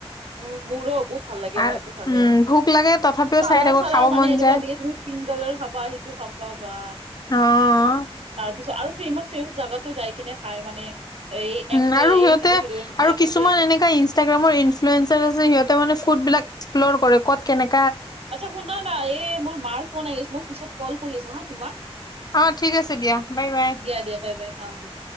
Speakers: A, on the right; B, on the left.
A: উম মোৰো বহুত ভাল লাগে
B: আৰু
A: মই এইটো ফালে
B: উম, ভোক লাগে তথাপিও
A: কালাৰ
B: চাই থাকো
A: চালাৰ
B: খাব
A: মানে
B: মন
A: এনেকুৱা
B: যায়।
A: দিয়ে তুমি পিংক কালাৰ চাব বা সেইটো খাবা বা
B: অ',
A: তাৰ তাৰপিছত আৰু ফেমাচ ফেমাচ জাগাতো যাই কিনে খাই মানে এই
B: উম
A: এক্টাৰ
B: আৰু
A: এই
B: সিহঁতে
A: হিৰো হিৰইন বিলাকৰ
B: আৰু কিছুমান
A: যে
B: এনেকা ইনষ্টাগ্ৰামৰ ফ্লুৱেঞ্চাৰ আছে সিহঁতে মানে ফুডবিলাক, একস্লৰ কৰে ক'ত কেনেকে
A: আচ্ছা শুনা না এই মোৰ মাৰ ফোন আহি আছে মই পিছত কল কৰি আছোঁ হা তোমাক।
B: অ', ঠিক আছে দিয়া বাই বাই।
A: দিয়া, দিয়া বাই, বাই আহ দিয়া।